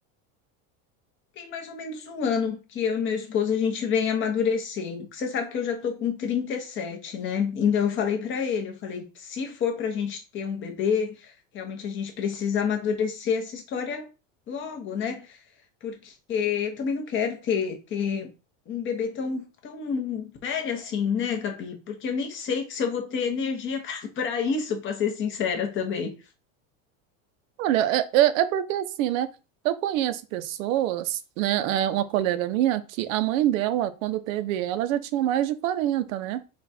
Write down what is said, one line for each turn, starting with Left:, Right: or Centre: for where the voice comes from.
Left: Tem mais ou menos um ano que eu e meu esposo a gente vem amadurecendo. Você sabe que eu já tô com 37, né? Então eu falei para ele, eu falei, se for para a gente ter um bebê, realmente a gente precisa amadurecer essa história logo, né? Porque eu também não quero ter, ter um bebê tão, tão velho assim, né, Gabi? Porque eu nem sei se eu vou ter energia <laughs> para isso, para ser sincera também.
Right: Olha, é, é, é porque, assim, né? Eu conheço pessoas, né? é, Uma colega minha, que a mãe dela, quando teve ela, já tinha mais de quarenta né?